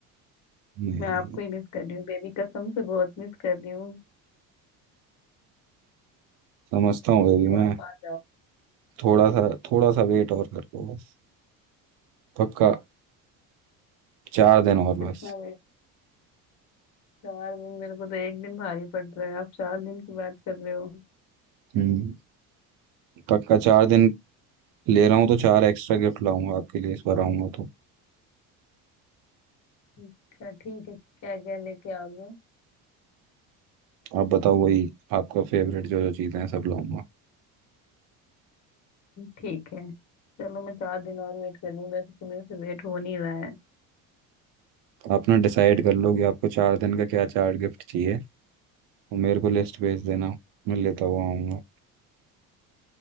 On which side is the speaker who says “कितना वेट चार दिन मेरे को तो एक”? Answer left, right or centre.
Left